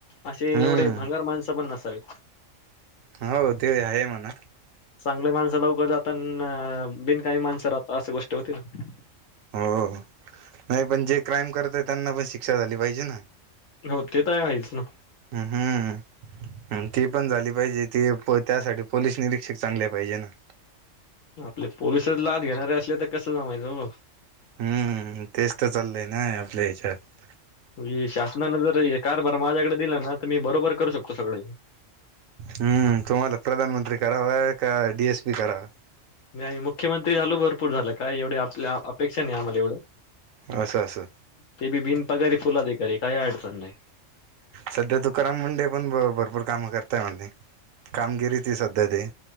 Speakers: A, on the left (about 75°); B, on the right (about 80°).
A: असे
B: हम्म
A: एवढे भंगार माणसं पण नसावी
B: हो ते आहे म्हणा
A: चांगली माणसं लवकर जात अन बिनकाही माणसं राहता अशी गोष्ट होती ना
B: हो नाही पण जे क्राईम करत आहे त्यांना पण शिक्षा झाली पाहिजे ना
A: हो ते तर आहेच ना
B: हम्म हं ते पणं झालीं पाहिजे ते त्यांसांठी पोलीसं निरीक्षंक चांगलें पाहिजे नां
A: आपले पोलिसंचं लांज घेणांरे असले तरं कसं जमांयचं हो
B: हम्मं तेचं तरं चाललें नां आपल्यां हेच्यांतं
A: हे शांसनांने जरं हा कारभांर मांझ्यांकडे दिलां नां तरं मी बरोबर करूं शकतो सगळें
B: हम्मं तुम्हांला प्रधांनमंत्री करावं कां डीएंस पी करावां
A: नाहीं मुंख्यमंत्री झालों भरंपूर झालं कायं एवढे आपल्यां अपेक्षां नाहीं आम्हांला एवढं
B: असं असं
A: ते बी बिन पगांरी फुल अधिकांरी कांहीं अडचंण नाहीं
B: संध्या तुकारांम मुंडे पणं भरंपूर कांम करतांय आधी कामगिरी ती संध्या ती